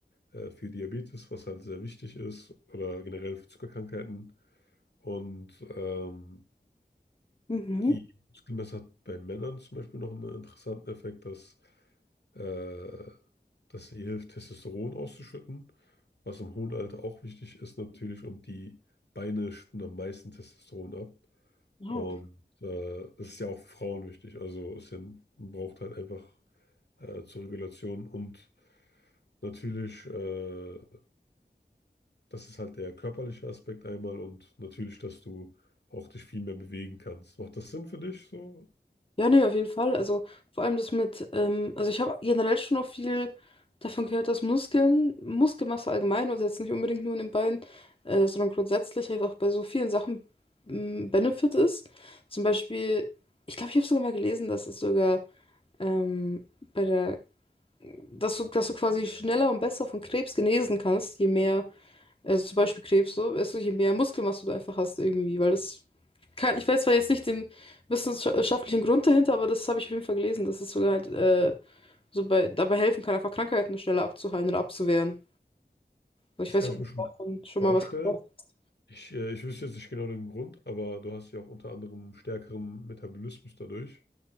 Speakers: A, on the left; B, on the left.
A: äh, für Diabetes, was halt sehr wichtig ist, oder generell für Zuckerkrankheiten. Und ähm,
B: Mhm.
A: die Muskelmasse hat bei Männern zum Beispiel noch einen interessanten Effekt, dass, äh, dass sie hilft, Testosteron auszuschütten, was im hohen Alter auch wichtig ist natürlich. Und die Beine schütten am meisten Testosteron ab.
B: Ja,
A: Und äh, das ist ja auch für Frauen wichtig. Also es sind- man braucht halt einfach äh, zur Regulation. Und natürlich, äh, das ist halt der körperliche Aspekt einmal und natürlich, dass du auch dich viel mehr bewegen kannst. Macht das Sinn für dich so?
B: Ja, nee, auf jeden Fall. Also vor allem das mit, ähm, also ich habe generell schon auch viel davon gehört, dass Muskeln, Muskelmasse allgemein, also jetzt nicht unbedingt nur in den Beinen, äh, sondern grundsätzlich einfach bei so vielen Sachen ein Benefit ist. Zum Beispiel, ich glaube, ich habe sogar mal gelesen, dass es sogar ähm, bei der, dass du, dass du quasi schneller und besser von Krebs genesen kannst, je mehr, also zum Beispiel Krebs so, also je mehr Muskelmasse du einfach hast irgendwie, weil das kein, ich weiß zwar jetzt nicht den wissenschaftlichen Grund dahinter, aber das habe ich auf jeden Fall gelesen, dass es sogar halt äh, so bei, dabei helfen kann, einfach Krankheiten schneller abzuheilen oder abzuwehren. Also
A: Das
B: Ich weiß
A: kann
B: nicht,
A: ich mir
B: ob
A: schon
B: du davon schon
A: vorstellen.
B: mal was gehört hast.
A: Ich, äh, ich wüsste jetzt nicht genau den Grund, aber du hast ja auch unter anderem stärkeren Metabolismus dadurch.